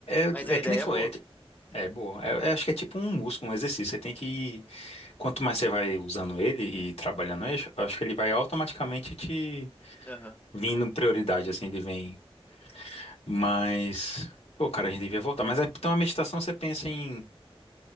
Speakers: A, on the left (about 85°); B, on the left (about 15°).
A: é,
B: Mas a
A: é
B: ideia
A: que nem foi,
B: é boa.
A: é, é boa. É, é, acho que é tipo um músculo, um exercício. Você tem que ir quanto mais você vai usando ele e trabalhando ele, acho que ele vai automaticamente te
B: Aham.
A: vindo prioridade, assim, ele vem. Mas, pô, cara, a gente devia voltar. Mas é- então a meditação você pensa em.